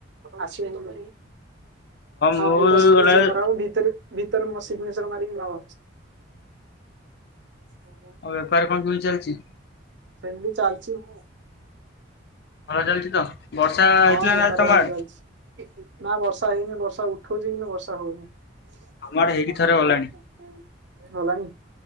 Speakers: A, on the right (about 60°); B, on the left (about 50°).
A: ଆସିବ?
B: ମୁଁ
A: ହଁ ଏଟା ସବୁ ସିଗ୍ନଚର
B: ଗଲାବେଳେ
A: ମରା ହବ ଭିତରେ ଭିତରରୁ ସିଗ୍ନଚର ମାରିକି ନ <inaudible>
B: ଆଉ ବେପାର କଣ କେମି ଚାଲିଚି?
A: ସେମିତି ଚାଲଚି ହ।
B: ଭଲ ଚାଲିଛି ତ ବର୍ଷା ହେଇଥିଲା
A: ହଁ ବେପାର
B: ନା ତମ
A: ଭଲ
B: ଆଡେ?
A: ଚାଲିଛି। ନା ବର୍ଷା ହେଇନି ବର୍ଷା ଉଠଉଚି କିନ୍ତୁ ବର୍ଷା ହଉନି।
B: ଆମ ଆଡେ ହେଇକି ଥରେ ଗଲାଣି
A: ଗଲାଣି?